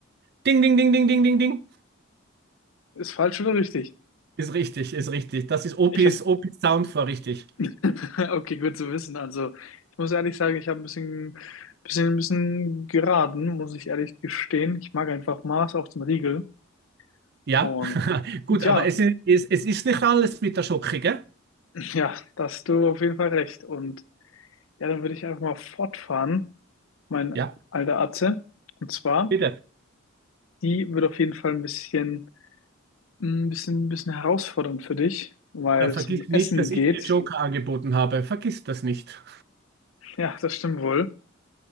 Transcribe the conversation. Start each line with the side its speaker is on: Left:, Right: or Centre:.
Right: Ding, ding, ding, ding, ding, ding, ding.
Left: Ist falsch oder richtig?
Right: Ist richtig, ist richtig. Das ist Opis,
Left: Ich habe,
Right: Opis Sound vor, richtig.
Left: <laughs> okay, gut zu wissen. Also ich muss ehrlich sagen, ich habe ein bisschen, bisschen, ein bisschen geraten, muss ich ehrlich gestehen. Ich mag einfach Mars auch zum Riegel.
Right: Ja,
Left: Und
Right: <laughs>
Left: ja,
Right: gut, aber es ist, es, es ist nicht alles mit der Schoki, gell?
Left: <laughs> ja, da hast du auf jeden Fall recht. Und ja, dann würde ich einfach mal fortfahren, mein
Right: Ja,
Left: alter Atze. Und zwar,
Right: bitte.
Left: die wird auf jeden Fall ein bisschen Ein bisschen, bisschen herausfordernd für dich, weil
Right: Dann
Left: es
Right: vergiss
Left: um Essen
Right: nicht, dass
Left: geht.
Right: ich dir Joker
Left: <laughs>
Right: angeboten habe. Vergiss das nicht.
Left: Ja, das stimmt wohl.